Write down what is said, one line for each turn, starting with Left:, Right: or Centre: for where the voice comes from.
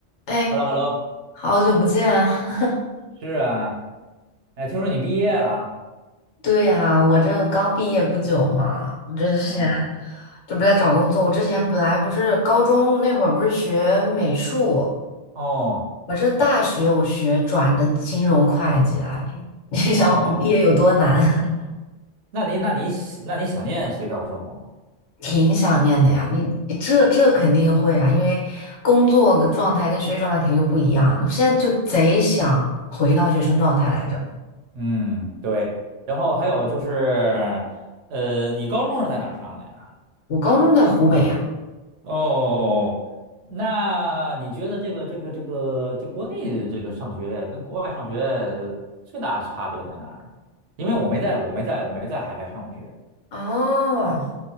Left: 哎，
Right: h e l l o h e l l o
Left: 好久不见。<laughs>
Right: 是啊，哎，听说你毕业了
Left: 对呀，我这刚毕业不久嘛，我这之前
Right: 啊？
Left: 这不在找工作。我之前本来不是高中那会儿不是学美术，
Right: 哦
Left: 我这大学我学转的金融会计来着。<laughs> 你想我这毕业有多难，
Right: 哦，那你那你喜那你想念学校生活吗？
Left: <laughs> 挺想念的呀。你你这这肯定会啊，因为工作状态跟学习状态肯定就不一样。我现在就贼想回到学生状态来着。
Right: 嗯，对。然后还有就是，呃，你高中是在哪儿上的呀？
Left: 我高中就在湖北呀，
Right: 哦，那你觉得这个这个这个这国内这个上学跟国外上学最大差别在哪儿呢？因为我没在我没在我没在海外上过学。
Left: 哦，